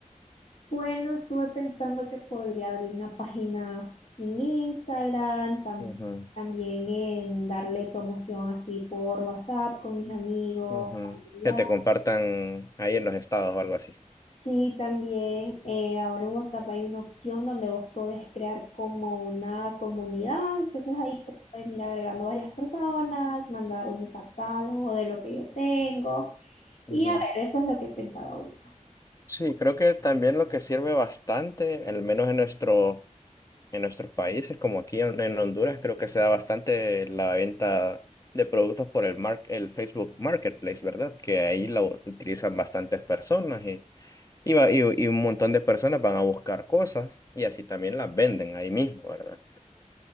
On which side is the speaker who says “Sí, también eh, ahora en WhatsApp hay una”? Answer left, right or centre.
Left